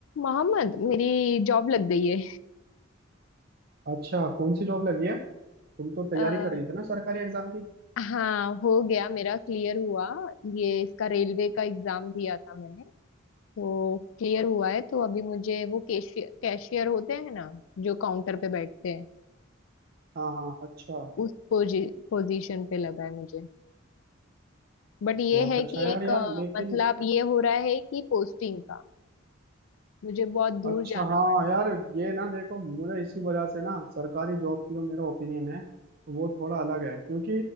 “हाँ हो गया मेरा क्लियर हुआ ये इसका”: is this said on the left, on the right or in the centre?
Left